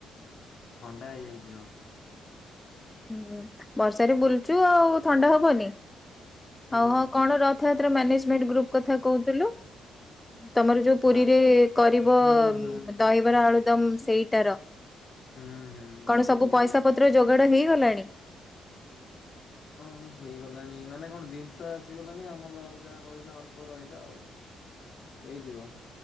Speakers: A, on the left; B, on the left.
A: ଥଣ୍ଡା ହେଇଯାଇଚି ଜୋରେ।
B: ହୁଁ ବର୍ଷାରେ ବୁଲୁଚୁ ଆଉ ଥଣ୍ଡା ହବନି।
A: ହୁଁ
B: ହଉ ହଁ କଣ ରଥଯାତ୍ରା ମ୍ୟାନେଜମେଣ୍ଟ ଗ୍ରୁପ କଥା କହୁଥିଲୁ? ତମର ଯୋଉ ପୁରୀରେ
A: ଆ
B: କରିବ
A: ହୁଁ ହୁଁ
B: ଦହିବରା ଆଳୁ ଦମ ସେଇଟାର
A: ହୁଁ ହୁଁ
B: କଣ
A: ଆଜି
B: ସବୁ
A: ପର
B: ପଇସା ପତ୍ର ଯୋଗାଡ ହେଇଗଲାଣି?
A: ହଁ ହେଇଗଲାଣି ମାନେ କଣ ଦିନିଷ ଆସିଗଲାଣି ଆମର ଯାହା ରହିଲା ଅଳ୍ପ ରହିଲା ଆଉ। ଏଇଯିବ।